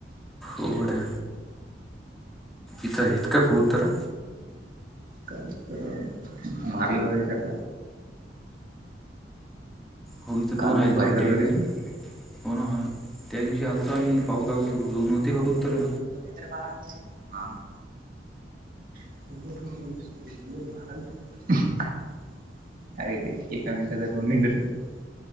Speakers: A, in the centre; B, on the right.
A: अवघडे. इथं हेत का? कबूतर.
B: का तरर मारलं जरी त्याला.
A: हो इथं
B: काल
A: दोन
B: लयच
A: आहे वाट्टी
B: भारी करत
A: आहे
B: होते
A: की नाही.
B: ना ते
A: हो ना. त्या दिवशी आलतो आम्ही. पाहू लागलो. दोन व्हते कबूतर.
B: आमम <unintelligible> ए <unintelligible> अरे ते एका मिनिटचा दोन मिनिटासाठी.